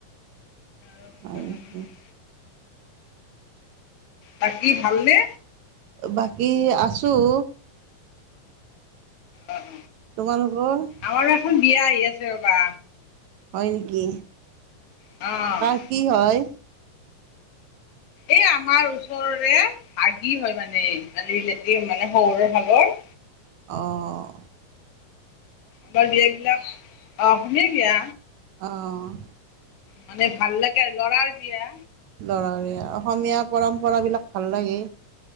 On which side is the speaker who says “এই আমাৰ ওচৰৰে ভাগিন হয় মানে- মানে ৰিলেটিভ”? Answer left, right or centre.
Left